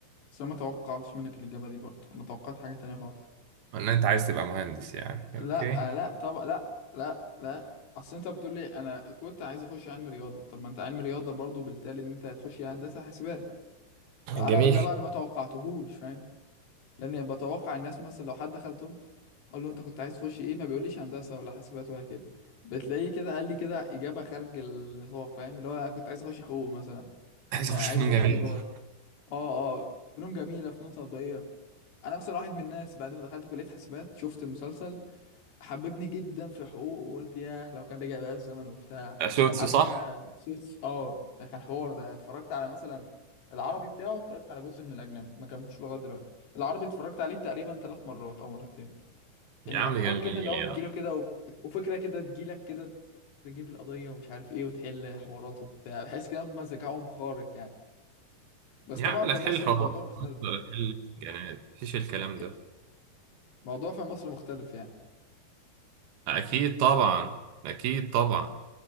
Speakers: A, on the left (about 75°); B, on the right (about 70°).
A: بس انا ما توقعتش منك الاجابه دي برضه انا توقعت حاجه تانية خالص
B: ان انت عايز تبقى مهندس يعني
A: لا
B: اوكي
A: آه، لا طبعا لا لا لا اصل انت بتقول لي انا كنت عايز اخش علم رياضه طب ما انت علم رياضه برضه بالتالي ان انت هتخش يعني هندسه حاسبات فانا
B: جميل
A: ده بقى اللي ما توقعتهوش فاهم لاني بتوقع الناس مثلا لو حد دخل طب اقول له انت كنت عايز تخش ايه ما بيقوليش هندسه ولا حاسبات ولا كده بتلاقيه كده قال لي كده اجابه خارج النطاق فاهم اللي هو انا كنت عايز اخش حقوق مثلا
B: عايز
A: آه
B: اخش
A: عايز
B: فنون
A: اخش
B: جميلة
A: تجاره اه اه فنون جميله فنون تطبيقيه انا مثلا واحد من الناس بعد ما دخلت كليه حاسبات شفت مسلسل حببني جدا في حقوق وقلت ياه لو كان رجع بقى الزمن وبتاع
B: شوتس
A: عارف
B: صح
A: آه، سوتس اه كان حوار ده اتفرجت على مثلا العربي بتاعه اتفرجت على جزء من الاجنبي ما كملتش لغايه دلوقتي العربي اتفرجت عليه تقريبا ثلاث مرات او مرتين الافكار
B: يا عم جميل
A: كده اللي هو
B: يا
A: بتجيله
B: عم
A: كده و... وفكره كده تجيلك كده تجيب القضيه ومش عارف ايه وتحل حوارات وبتاع بحس كده هم ذكائهم خارق يعني بس
B: يا
A: طبعا
B: عم
A: في
B: لا تحل
A: مصر
B: حوارات
A: الموضوع مختلف
B: ولا تحل جنات مفيش الكلام
A: إيه،
B: ده
A: موضوع في مصر مختلف يعني
B: اكيد طبعا اكيد طبعا